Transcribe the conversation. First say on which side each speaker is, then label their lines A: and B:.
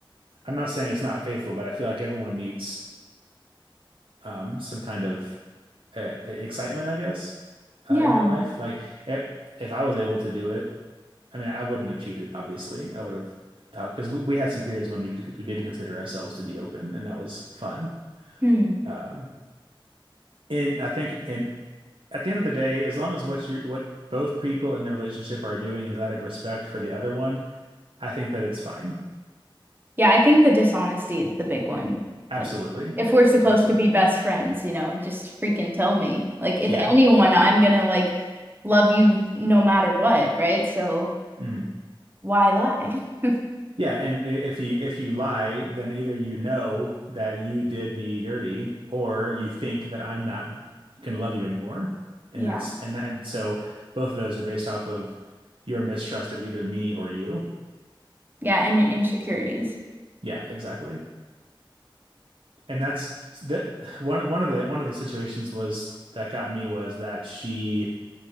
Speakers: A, on the right; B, on the right.
A: I'm not saying it's not faithful, but I feel like everyone needs um, some kind of uh, e-, excitement, I guess, uh,
B: Yeah.
A: in their life. Like if, if I was able to do it, I mean, I wouldn't have cheated, obviously. I would have talked because we, we had some periods when we did, we did consider ourselves to be open, and that was fun.
B: Hmm.
A: Um, and I think, and at the end of the day, as long as what you what both people in the relationship are doing is out of respect for the other one, I think that it's fine.
B: Yeah, I think the dishonesty is the big one.
A: Absolutely,
B: Like, if we're supposed
A: absolutely,
B: to be best friends, you know, just freaking tell me. Like, if
A: yeah.
B: anyone, I'm gonna like love you no matter what, right? So
A: Mhm.
B: why lie? <laughs>
A: Yeah, and i- if you if you lie, then either you know that you did me dirty, or you think that I'm not gonna love you anymore. And
B: Yeah.
A: that's and that, and so both of those are based off of your mistrust of either me or you.
B: Yeah, and your insecurities.
A: Yeah, exactly. And that's that one one of the one of the situations was that got me was that she